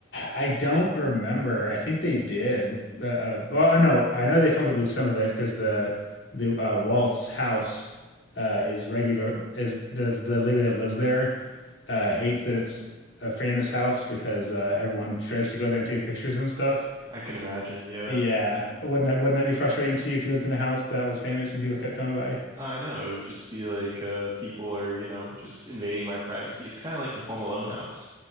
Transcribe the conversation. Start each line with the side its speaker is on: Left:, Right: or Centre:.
Left: I don't remember. I think they did. Uh, uh, well, uh, no, I know they filmed at least some of it because the the uh, Walt's house uh, is regular. Is the the lady that lives there uh, hates that it's a famous house because uh, everyone tries to go there and take pictures and stuff.
Right: I can imagine, yeah.
Left: Yeah, wouldn't that wouldn't that be frustrating to you if you lived in a house that was famous and people kept coming by?
Right: I know, it would just be like uh people are, you know, just invading my privacy. It's kind of like the Home Alone house.